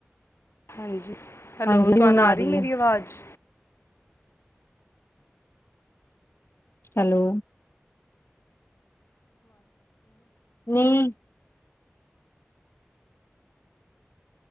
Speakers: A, on the left (about 85°); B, on the left (about 70°).
A: ਹਾਂਜੀ, ਹੈਲੋ
B: ਹਾਂਜੀ
A: ਤੁਹਾਨੂੰ
B: ਹੁਣ
A: ਆ ਰਹੀ ਮੇਰੀ
B: ਹੈ
A: ਆਵਾਜ਼
B: ਹੈਲੋ, ਨਹੀਂ।